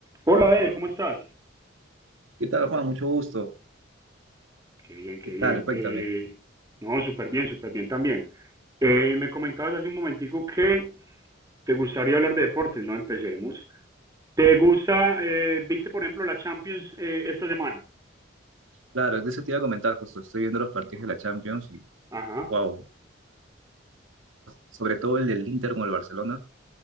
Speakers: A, on the right; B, on the right.
A: Hola, Ed, ¿cómo estás?
B: ¿Qué tal, Juan? Mucho gusto.
A: Qué bien, qué
B: ¿Qué
A: bien.
B: tal? Cuéntame.
A: Eh, no, súper bien, súper bien también. Eh, me comentabas hace un momentico que te gustaría hablar de deportes, ¿no? Empecemos. ¿Te gusta, eh, viste por ejemplo la Champions eh, esta semana?
B: Claro, de eso te iba a comentar justo. Estoy viendo los partidos de la Champions y,
A: Ajá,
B: wow, sobre todo el del Inter con el Barcelona,